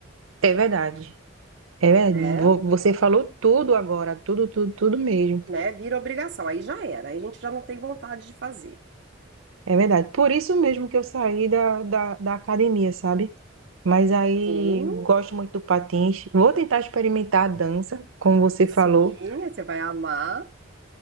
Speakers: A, on the right; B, on the right.
A: é verdade, é verdade.
B: né?
A: Vo- Você falou tudo agora, tudo, tudo, tudo mesmo.
B: Né? Vira obrigação, aí já era, aí a gente já não tem vontade de fazer.
A: É verdade. Por isso mesmo que eu saí da, da, da academia, sabe? Mas aí
B: Sim,
A: gosto muito do patins. Vou tentar experimentar a dança, como você
B: sim,
A: falou. O
B: você vai amar.